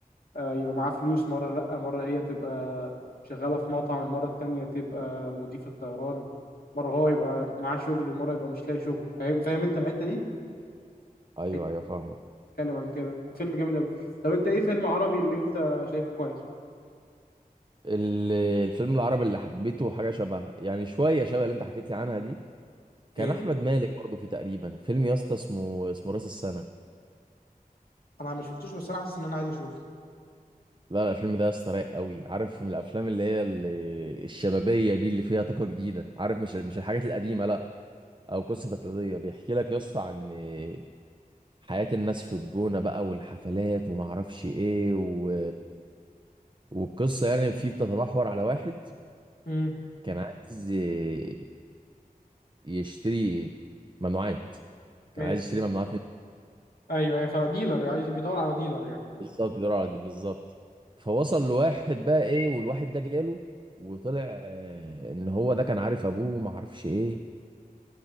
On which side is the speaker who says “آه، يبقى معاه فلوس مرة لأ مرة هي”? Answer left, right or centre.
Left